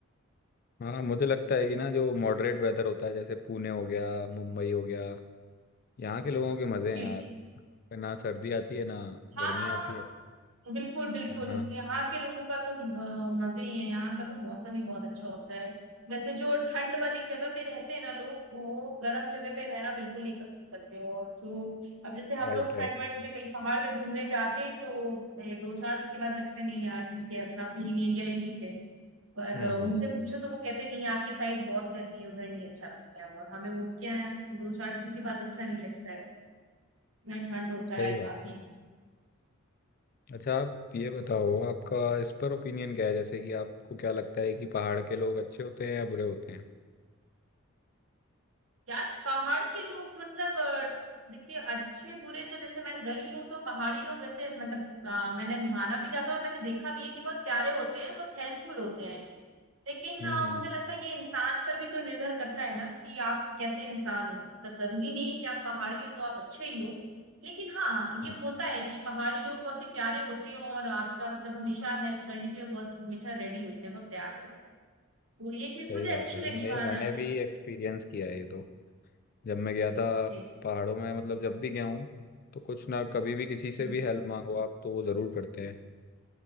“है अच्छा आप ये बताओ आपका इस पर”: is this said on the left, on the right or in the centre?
Left